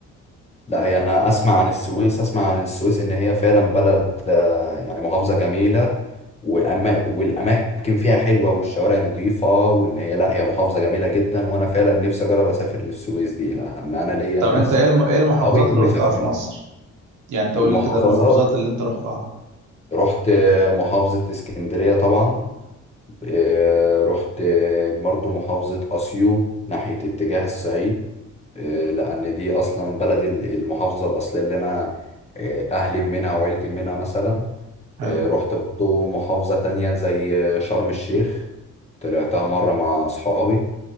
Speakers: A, on the left (about 20°); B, on the right (about 80°).
A: لا هي انا اسمع عن السويس اسمع عن السويس ان هي فعلا بلد آه، يعني محافظة جميلة وأما والاماكن فيها حلوة والشوارع نظيفة وان هي لا هي محافظة جميلة جدا وانا فعلا نفسي اجرب اسافر للسويس دي لان انا ليا
B: طب
A: ناس
B: انت ايه الم- إيه المحافظات
A: صحابي كانوا
B: اللي
A: بيسافروا
B: رحتها في مصر
A: لي
B: يعني تقول
A: المحافظات
B: لي كده المحافظات اللي انت رحتها
A: رحت محافظة اسكندرية طبعا آه، رحت برضو محافظة اسيوط ناحية اتجاه الصعيد آه، لأن دي أصلا بلدي ال- المحافظة الأصلية اللي أنا آه، أهلي منها وعيلتي منها مثلا
B: حلو
A: آه، رحت برضو محافظة تانية زي آه، شرم الشيخ طلعتها مرة مع أصحابي